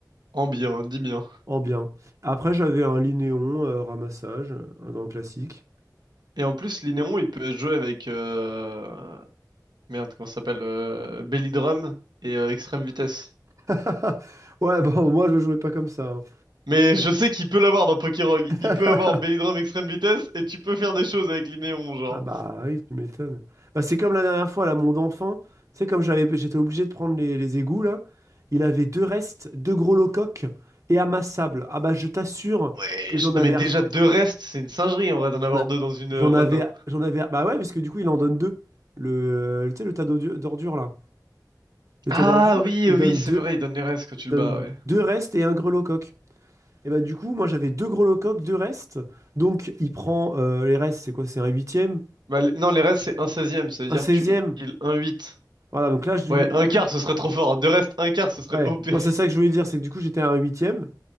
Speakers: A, on the right; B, on the right.
A: En bien, dis bien.
B: en bien. Après, j'avais un Linéon euh, ramassage, un grand classique.
A: Et en plus, Linéon, il peut jouer avec... euh, Merde, comment ça s'appelle euh, Belly Drum et euh, Extrême Vitesse.
B: <laughs> Ouais, bon, moi, je jouais pas comme ça. hein.
A: Mais je sais qu'il peut l'avoir dans Pokérogue.
B: <laughs>
A: Il peut avoir Belly Drum, Extrême Vitesse, et tu peux faire des choses avec Linéon, genre.
B: Ah bah oui, tu m'étonnes. Bah, c'est comme la dernière fois, là, mon enfant, tu sais, comme j'avais, j'étais obligé de prendre les, les égouts, là, il avait deux restes, deux gros locoques et amassables. Ah bah je t'assure
A: Ouais,
B: que j'en
A: je... non
B: avais
A: mais déjà deux restes, c'est une singerie en vrai d'en
B: J'en
A: avoir
B: a-
A: deux dans une
B: j'en
A: euh, run.
B: avais,
A: hein.
B: j'en avais, bah ouais, parce que du coup, il en donne deux. Le, euh, tu sais, le tas d'ordu- d'ordures, là. Le
A: Ah
B: tas d'ordures,
A: oui,
B: il
A: oui,
B: donne
A: c'est
B: deux,
A: vrai, il donne les restes quand tu le
B: donne
A: bats, ouais.
B: deux restes et un grelot coq. Et bah, du coup, moi, j'avais deux grelots coq, deux restes. Donc, il prend euh, les restes, c'est quoi? C'est un huitième?
A: Bah, les- Non, les restes, c'est un seizième, ça veut
B: Un
A: dire
B: seizième?
A: que tu heal un 8.
B: Voilà, donc là, je
A: Ouais,
B: lui.
A: un quart,
B: euh,
A: ce serait trop fort. Deux restes, un quart, ce serait
B: Ouais,
A: OP.
B: non, c'est ça que je voulais dire, c'est que du coup, j'étais à un huitième.